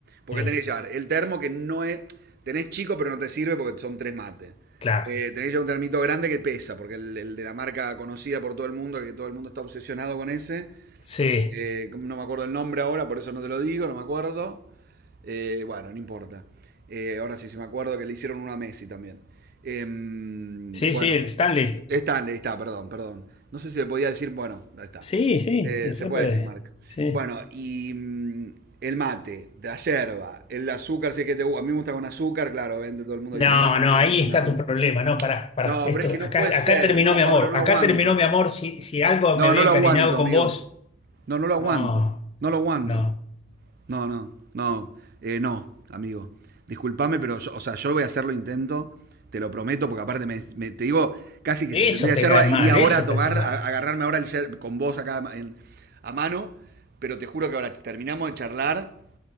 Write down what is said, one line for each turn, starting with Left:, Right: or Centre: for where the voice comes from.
Right: Porque
Left: sí,
Right: tenés que llevar el termo que no es... Tenés chico, pero no te sirve porque son tres mates.
Left: claro.
Right: Eh, tenés que llevar un termito grande que pesa, porque el, el de la marca conocida por todo el mundo, que todo el mundo está obsesionado con ese,
Left: Sí,
Right: eh, no me acuerdo el nombre ahora, por eso no te lo digo, no me acuerdo. Eh, bueno, no importa. Eh, ahora sí, se me acuerdo que le hicieron una a Messi también. Em,
Left: sí,
Right: bueno,
Left: sí, el Stanley.
Right: Stanley, está, perdón, perdón. No sé si le podía decir, bueno, ahí está.
Left: Sí, sí,
Right: Eh,
Left: se re
Right: se puede
Left: puede.
Right: decir marca.
Left: Sí.
Right: Bueno, y mm, el mate, de la yerba, el azúcar, si es que te gusta. A mí me gusta con azúcar, claro, vende todo el mundo
Left: No,
Right: dice, no,
Left: no,
Right: no,
Left: ahí
Right: no,
Left: está
Right: no.
Left: tu problema, no, para, para
Right: No,
Left: esto,
Right: pero es que no
Left: acá,
Right: puede ser,
Left: acá terminó
Right: no,
Left: mi
Right: Pablo,
Left: amor,
Right: no
Left: acá
Right: lo aguanto.
Left: terminó mi amor, si, si algo
Right: No,
Left: me había
Right: no
Left: encariñado
Right: lo aguanto,
Left: con
Right: amigo.
Left: vos,
Right: No, no lo aguanto.
Left: no,
Right: No lo aguanto.
Left: no,
Right: No, no, no, eh, no, amigo. Disculpame, pero yo, o sea, yo voy a hacerlo intento, te lo prometo, porque aparte me, me- te digo, casi que
Left: eso
Right: si tendría
Left: te
Right: yerba,
Left: cae mal,
Right: iría ahora
Left: eso
Right: a tomar,
Left: te hace mal,
Right: a, a agarrarme ahora el yer- con vos acá en- a mano, pero te juro que ahora terminamos de charlar